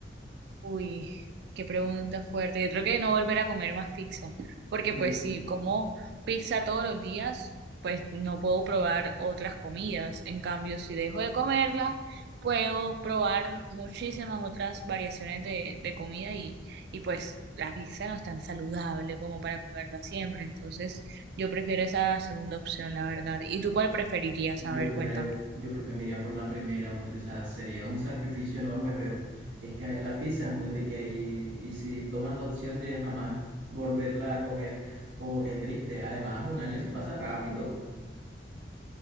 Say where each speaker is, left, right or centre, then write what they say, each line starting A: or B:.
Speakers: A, on the right; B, on the right.
A: Uy, qué pregunta fuerte. Yo creo que no volver a comer más pizza, porque
B: Eh,
A: pues si como pizza todos los días, pues no puedo probar otras comidas. En cambio, si dejo de comerla, puedo probar muchísimas otras variaciones de, de comida y, y pues la pizza no es tan saludable como para comerla siempre. Entonces, yo prefiero esa segunda opción, la verdad. ¿Y tú cuál preferirías?
B: Yo
A: A ver,
B: creo,
A: cuéntame.
B: que- yo creo que me iría por la primera porque, o sea, sería un sacrificio enorme, pero es que la pizza es muy rica y, y si tomas la opción de jamás volverla a comer, como que triste. Además, un año se pasa rápido.